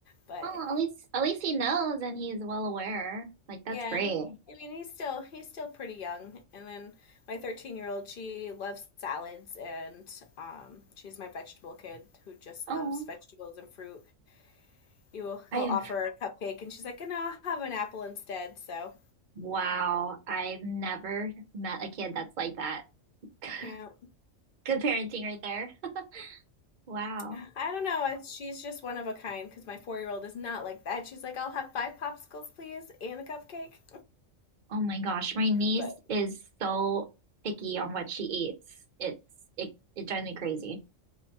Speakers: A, on the left (about 55°); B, on the right (about 50°).
A: but
B: oh at least at least he knows and he's well aware like that's
A: Yeah,
B: great
A: and I mean he's still he's still pretty young. And then my 13-year-old, she loves salads and um she's my vegetable kid who just
B: oh
A: loves vegetables and fruit. You will he'll
B: I have,
A: offer her a cupcake and she's like, "No, I'll have an apple instead." So,
B: wow, I've never met a kid that's like that. <laughs>
A: yeah.
B: Good parenting right there. <laughs> Wow.
A: I don't know. It's, she's just one of a kind because my 4-year-old is not like that. She's like, "I'll have five popsicles, please, and a cupcake."
B: Oh my gosh, my niece
A: But
B: is so picky on what she eats. It's it it drives me crazy.